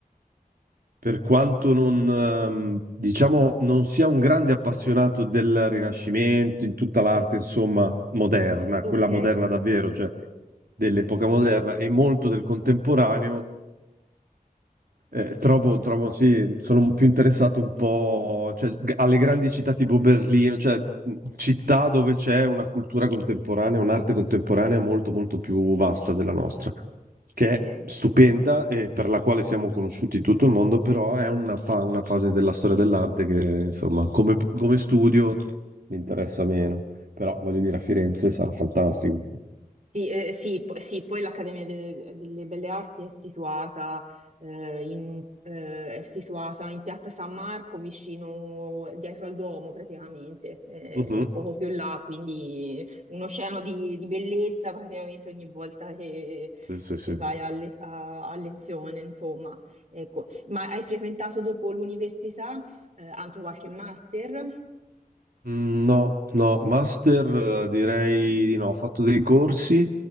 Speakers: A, on the right; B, on the right.
A: per
B: eh,
A: quanto
B: sì.
A: non, ehm, diciamo, non sia un grande appassionato del Rinascimento, in tutta l'arte, insomma, moderna,
B: Ok,
A: quella moderna davvero, cioè dell'epoca moderna e molto del contemporaneo, eh, trovo, trovo, sì, sono più interessato un po', cioè, g- alle grandi città tipo Berlino, cioè mh, città dove c'è una cultura contemporanea, un'arte contemporanea molto, molto più vasta della nostra, che
B: ok.
A: è stupenda e per la quale siamo conosciuti in tutto il mondo, però è una, fa- una fase della storia dell'arte che, insomma, come, come studio mi interessa meno. Però, voglio dire, a Firenze sarà fantastico.
B: Sì, eh, sì, po- sì, poi l'Accademia de- delle Belle Arti è situata, eh, in un- eh, è situata in Piazza San Marco, vicino, dietro al Duomo praticamente, eh,
A: Mhm,
B: poco più là, quindi un oceano di, di bellezza praticamente ogni volta che,
A: Sì, sì, sì.
B: che vai a, le- a- a lezione, insomma. Ecco. Ma hai frequentato dopo l'università, eh, anche qualche master?
A: Mm, No, no, master eh, direi di no, ho fatto dei corsi